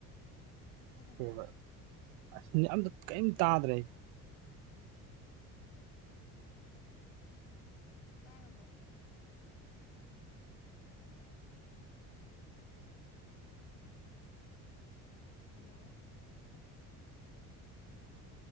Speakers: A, on the left; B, on the right.
A: ꯇꯥꯗꯕ꯭ꯔꯥ
B: ꯐꯕ ꯑꯁ ꯑꯇ ꯀꯔꯤꯝ ꯇꯥꯗ꯭ꯔꯦ
A: ꯇꯥꯔꯕꯣ ꯍꯜꯂꯣ ꯍꯜꯂꯣ